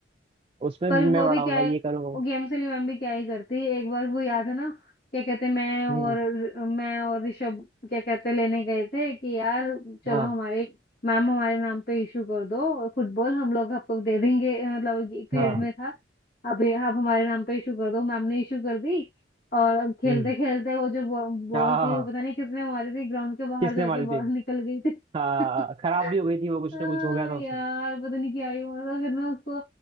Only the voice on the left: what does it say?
पर
वो
भी क्या है
वो गेम से भी मम्मी क्या ही करती है। एक बार वो याद है ना क्या कहते हैं, मैं और
मैं और ऋषभ क्या कहते हैं, लेने गए थे कि यार चलो
हमारे मैम हमारे नाम पे इशू कर दो फुटबॉल हम लोग आपको दे देंगे मतलब एक पीरियड
में था अब ये आप हमारे नाम पे इशू कर दो मैम ने इशू कर दी और खेलते
खेलते वो जो बॉ- बॉल
थी
वो पता नहीं किसने मारी थी ग्राउंड के बाहर
जाके
बॉल
निकल गई थी
<laughs>
हाँ
यार
पता नहीं क्या ही हुआ था फिर मैं उसको